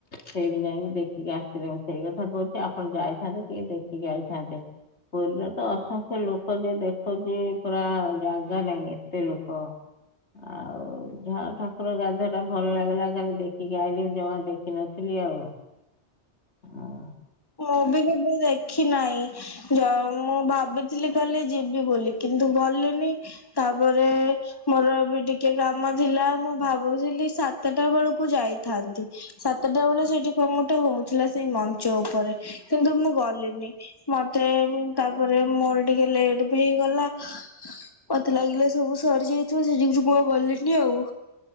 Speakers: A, on the left; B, on the left.
A: ସେଇଠି ଯାଇକି ଦେଖିକି ଆସିଥିଲେ ମୁଁ ସେଇ କଥା କହୁଚି। ଆପଣ ଯାଇଥାନ୍ତେ ଟିକେ ଦେଖିକି ଆଇଥାନ୍ତେ । ପୁରୀରେ ତ ଅସଂଖ୍ୟ ଲୋକ ଯେ ଦେଖିକି ପୁରା ଜାଗା ନାହିଁ ଏତେ ଲୋକ । ଆଉ ଯାହା ଠାକୁର ଗାଧେ ଦେହଟା ଭଲ ଲାଗିଲା ଖାଲି ଦେଖିକି ଆଇଲିି ଜମା ଦେଖିନଥିଲି ଆଉ । ହଁ।
B: ମୁଁ ବି କେବଳ ଦେଖିନାହିଁ ଜ ମୁଁ ଭାବି ଭାବିଥିଲି କାଲି ଯିବି ବୋଲି କିନ୍ତୁ ଗଲିନି ତାପରେ ମୋର ବି ଟିକେ କାମ କାମ ଥିଲା ମୁଁ ଭାବୁଥିଲି ସାତଟା ବେଳକୁ ଯାଇଥାନ୍ତି ସାତଟା ବେଳେ ସେଠି କଣ ଗୋଟେ । କଣ ହଉଥିଲା ସେଇ ମଞ୍ଚଉ ଉପରେ କିନ୍ତୁ ମୁଁ ଗଲିନି ମତେ ତାପରେ ମୋର ଟିକେ ଲେଟ୍ ବି ହେଇଗଲା। ହା ହା ମତେ ଲାଗିଲେ ସବୁ ସରିଯାଇଥିବ ସେ ଯୋଗୁ ମୁଁ ଗଲିଣିି ଆଉ।